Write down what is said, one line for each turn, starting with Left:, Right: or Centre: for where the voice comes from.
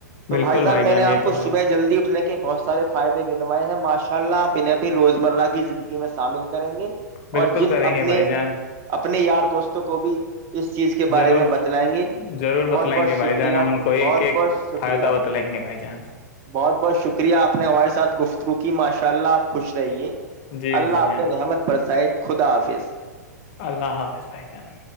Right: تو
Left: بالکل
Right: بھائی جان میں نے آپ
Left: یہ
Right: کو
Left: تو ہے
Right: صبح جلدی اٹھنے کے کے بہت سارے فائدے گنوائے ہیں ماشاء اللہ آپ انیں اپنی روزمرہ کی زندگی میں شامل کریں گے
Left: بالکل
Right: اور جن
Left: کریں
Right: اپنے
Left: گے بھائی جان
Right: اپنے یار دوستوں کو بھی اس چیز کے بارے
Left: ضرور
Right: میں بتلائیں گے
Left: ضرور
Right: بہت
Left: بتلائیں
Right: بہت
Left: گے
Right: شکریہ
Left: بھائی جان ہم ان کو
Right: بہت
Left: ایک ایک
Right: بہت شکریہ
Left: فائدہ بتلائیں گے بھائی جان
Right: بہت بہت شکریہ آپ نے ہمارے ساتھ گفت کیونکہ ماشاء اللہ آپ خوش رہیے
Left: جی
Right: اللہ
Left: بھائی جان
Right: حافظ احمد پرسائے خدا حافظ
Left: اللہ حافظ بھائی جان